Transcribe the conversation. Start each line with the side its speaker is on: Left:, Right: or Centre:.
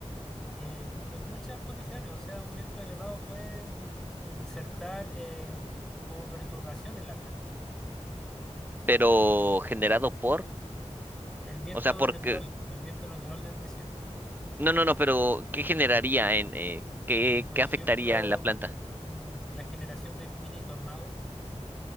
Centre: eh, mu- en muchas condiciones, o sea, un viento elevado puede i- insertar eh, como perturbación en la planta.
Right: pero generado por,
Centre: El viento
Right: o sea, porque,
Centre: natural, el viento natural del desierto.
Right: no, no, no, pero ¿qué generaría en, eh, qué,
Centre: Por
Right: qué
Centre: ejemplo,
Right: afectaría en la planta?
Centre: mm, mm, la generación de mini tornados,